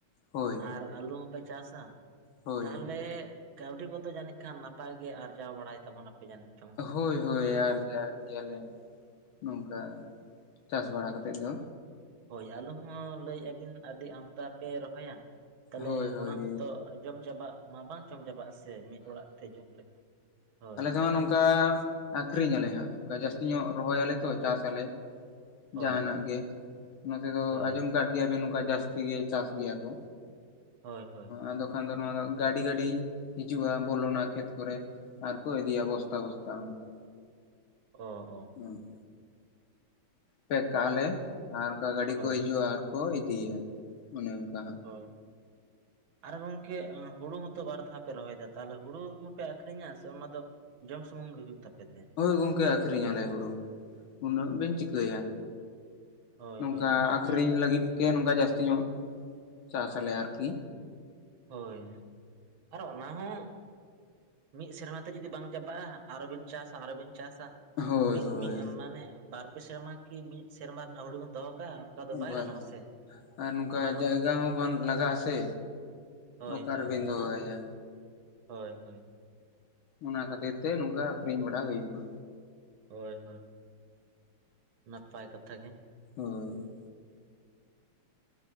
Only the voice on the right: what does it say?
ᱟᱨ ᱟᱹᱞᱩ ᱦᱚᱸᱯᱮ ᱪᱟᱥᱟ
ᱛᱟᱦᱚᱞᱮᱼᱼ ᱠᱟᱹᱣᱰᱤ ᱠᱚᱫᱚ ᱡᱟᱹᱱᱤᱡ ᱠᱷᱟᱱ ᱱᱟᱯᱟᱭ ᱜᱮ ᱟᱨᱡᱟᱣ ᱵᱟᱲᱟᱭ ᱛᱟᱵᱚᱱᱟᱯᱮ ᱡᱟᱹᱱᱤᱡ ᱪᱚᱝ?
ᱦᱳᱭ ᱟᱞᱚ ᱦᱚᱸ ᱞᱟᱹᱭᱮᱫᱼᱟᱵᱤᱱ ᱟᱹᱰᱤ ᱟᱢᱫᱟ ᱯᱮ ᱨᱚᱦᱚᱭᱟ᱾ ᱛᱟᱦᱚᱞᱮ
ᱚᱱᱟᱛᱚ ᱡᱚᱢ ᱪᱟᱵᱟᱜ ᱢᱟ ᱵᱟᱝ ᱡᱚᱢ ᱪᱟᱵᱟᱜᱼᱟ ᱥᱮ ᱢᱤᱫ ᱚᱲᱟᱜ ᱛᱮ ᱡᱚᱢ ᱞᱮᱠᱷᱟᱱ ᱦᱳᱭ᱾
ᱦᱳᱭ
ᱦᱳᱭ
ᱦᱳᱭ ᱦᱳᱭ
ᱚ ᱚ
ᱦᱳᱭ
ᱦᱳᱭ ᱟᱨ ᱜᱚᱝᱼᱠᱮ ᱦᱩᱲᱩ ᱦᱚᱸᱚᱛᱚ ᱵᱟᱨ ᱫᱷᱟᱣ ᱯᱮ ᱨᱚᱦᱚᱭᱮᱫᱟ ᱛᱟᱦᱞᱮ ᱦᱩᱲᱩ ᱦᱚᱸᱯᱮ ᱟᱠᱷᱨᱤᱧᱟ ᱥᱮ ᱚᱱᱟ ᱫᱚ? ᱡᱚᱢ ᱥᱩᱢᱩᱝ ᱜᱮ ᱦ ᱦᱩᱭᱩᱜ ᱛᱟᱯᱮ ᱛᱮ?
ᱦᱳᱭ
ᱦᱳᱭ ᱚᱱᱟ
ᱦᱚᱸ
ᱦᱳᱭᱼᱼ ᱚᱱᱟ ᱦᱚᱸ ᱢᱤᱫ ᱥᱮᱨᱢᱟ ᱛᱮ ᱡᱩᱫᱤ ᱵᱟᱝ ᱪᱟᱵᱟᱜᱼᱟ ᱟᱨᱚ ᱵᱤᱱ ᱪᱟᱥᱟ ᱟᱨᱚ ᱵᱤᱱ ᱪᱟᱥᱟ,
ᱢᱤᱫ
ᱢᱤᱫ ᱢᱟᱱᱮ ᱵᱟᱨ ᱯᱮ ᱥᱮᱨᱢᱟ ᱠᱤ ᱢᱤᱫ ᱥᱮᱨᱢᱟ ᱨᱮᱱᱟᱜ ᱦᱩᱰᱤ ᱵᱚᱱ ᱫᱚᱦᱚ ᱠᱟᱜᱼᱟ᱾ ᱫᱚ ᱵᱟᱭ
ᱜᱟᱱᱚᱜᱼᱟ ᱥᱮ
ᱚᱱᱟ ᱢᱟ
ᱦᱳᱭ
ᱦᱳᱭ
ᱟᱫᱚ
ᱚᱱᱟ ᱦᱳᱭ ᱦᱳᱭ
ᱦᱳᱭ ᱦᱳᱭ ᱱᱟᱯᱟᱭ ᱠᱟᱛᱷᱟ ᱜᱮ